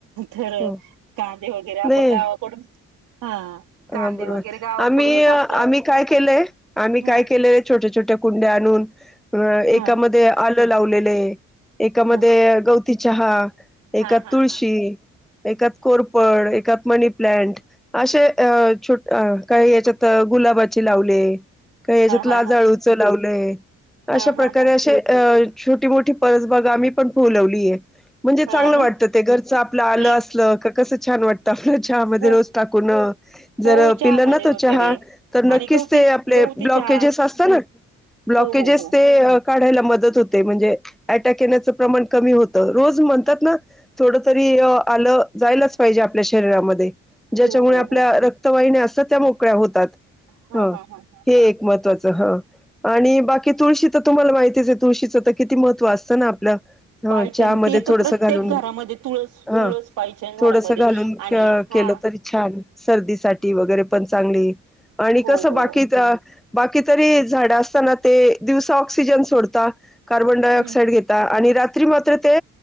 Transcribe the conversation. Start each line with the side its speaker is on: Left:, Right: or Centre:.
Right: तर
Centre: हो
Right: कांदे वगैरे आपण
Centre: नाही
Right: गावाकडून हा, कांदे
Centre: हा, बरोबर
Right: वगैरे गावाकडूनच
Centre: आम्ही
Right: आणतो
Centre: आम्ही काय केलंय आम्ही
Right: हा
Centre: काय केलंय. छोट्या-छोट्या कुंड्या आणून अ
Right: हा
Centre: एकामध्ये आलं लावलेले आहे. एकामध्ये
Right: हा
Centre: गवती चहा एकात
Right: हा हा
Centre: तुळशी.
Right: हा
Centre: एकात कोरफड एकात मनीप्लॅंट असे. ''अं ''छोटं काही याच्यात गुलाबाचे लावले काही याच्यात लाजळू.
Right: हा हा
Centre: चं लावले
Right: हा
Centre: अशा प्रकारे
Right: हा हा
Centre: असे अ. छोटी-मोठी परसबाग आम्ही पण फोलवलीय. म्हणजे चांगलं
Right: हा ना
Centre: वाटतं ते घरचं आपलं आलं
Right: नाही
Centre: असलं का कसं छान वाटतं. त आपल्या चहामध्ये
Right: हो
Centre: रोज टाकून.
Right: हो
Centre: जर
Right: चहामध्ये
Centre: पिलं ना तो
Right: वगैरे
Centre: चहा तर
Right: आणि
Centre: नक्कीच
Right: गवती
Centre: ते आपले
Right: गवती
Centre: ब्लॉकेजेस
Right: चहा
Centre: असतात ना. ब्लॉकेजेस
Right: हो हो हो
Centre: ते. ते काढायला मदत होते. म्हणजे अटॅक येण्याचं प्रमाण कमी होतं. रोज म्हणतात ना. थोडं तरी आलं जायलाच पाहिजे आपल्या शरीरामध्ये. ज्याच्यामुळे
Right: हो हो
Centre: आपल्या
Right: हो
Centre: रक्तवाहिन्या असतात त्या मोकळ्या होतात.
Right: हा
Centre: ह
Right: हा हा हा,
Centre: हे
Right: हा
Centre: एक महत्त्वाचं हं. आणि बाकी तुळशी तर तुम्हाला माहितीच आहे. तुळशीचं तर किती महत्व असतं ना आपलं. हा
Right: पायचन
Centre: चहा मध्ये
Right: ते तर
Centre: थोडसं
Right: प्रत्येक
Centre: घालून
Right: घरामध्ये तुळस
Centre: हा
Right: तुळस पायचन
Centre: थोडसं
Right: घरामध्ये
Centre: घालून
Right: आणि हा
Centre: केलं तरी. छान सर्दीसाठी वगैरे पण चांगली आणि
Right: हो
Centre: कसं
Right: हो
Centre: बाकी
Right: हो
Centre: त्या. बाकी तरी झाडं असतं ना, ते दिवसा ऑक्सिजन सोडता कार्बन डाय
Right: हम्म
Centre: ऑक्साइड घेत ''--'' ता आणि रात्री मात्र ते.